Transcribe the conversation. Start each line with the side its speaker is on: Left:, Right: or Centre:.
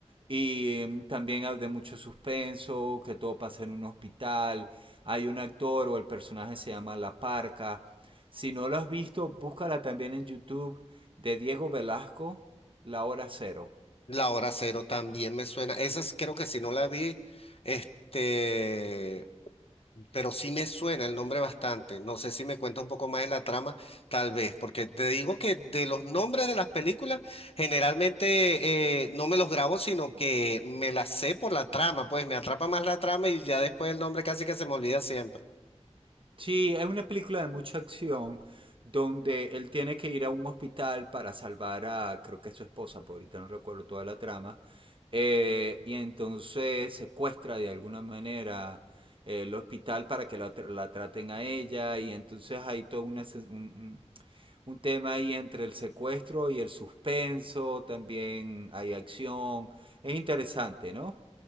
Right: y em, también hay de mucho suspenso, que todo pasa en un hospital, hay un actor o el personaje se llama La Parca. Si no lo has visto, búscala también en YouTube de Diego Velasco, La Hora Cero.
Left: La Hora Cero también me suena, esa es- creo que si no la vi, este, pero sí me suena el nombre bastante. No sé si me cuenta un poco más de la trama, tal vez, porque te digo que de los nombres de las películas, generalmente eh, no me los grabo, sino que me las sé por la trama, pues me atrapa más la trama y ya después el nombre casi que se me olvida siempre.
Right: Sí, es una película de mucha acción donde él tiene que ir a un hospital para salvar a, creo que es su esposa, por ahorita no recuerdo toda la trama, eh, y entonces secuestra de alguna manera el hospital para que la, tra- la traten a ella, y entonces hay todo una sen- un, un- un tema ahí entre el secuestro y el suspenso, también hay acción, es interesante, ¿no?